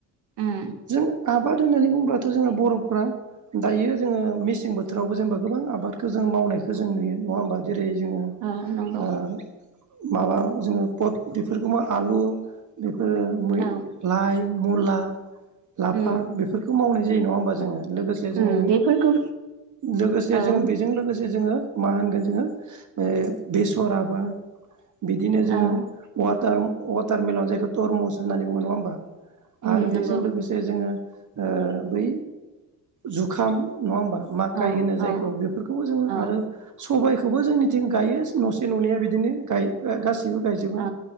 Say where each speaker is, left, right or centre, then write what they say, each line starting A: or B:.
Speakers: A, on the right; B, on the right.
A: उम
B: जों आबाद होननानै बुंओब्लाथ जोंहा बरफ्रा दायो जोंङो मेसें बोथोरावबो जेनेबा गोबां आबादखौ जों मावनायखौ जों नुयो नंङा होमबा जे जेरै जोंङो
A: औ नंगौ
B: ओ माबा जोंङो पट बेफोरखौबो आलु बेफोरो मै
A: औ
B: लाइ मुला लाफा
A: उम
B: बेफोरखौ मावनाय जायो नंङा होमबा जोंङो लोगोसे जोंङो
A: उम बेफोरखौ
B: लोगोसे
A: औ
B: जोंओ बेजों लोगोसे जोंङो मा होन बिदिनो ओ बिसराबा बिदिनो
A: औ
B: जोंङो टार्म वाटारमिलन जायखौ टरमुस होननानै नंङा होमबा
A: उम
B: आरो
A: नंगौ
B: बेजों लोगोसे जोंङो ओ बै जुखाम नङा होमबा माकाइ
A: औ
B: होनो जायखौ
A: औ
B: बेफोरखौ जोंङो
A: औ
B: आरो सबायखो थेवबो जोंनिथिं गायो नसे ननैया बिदिनो गायो गासैबो गायजोबा
A: औ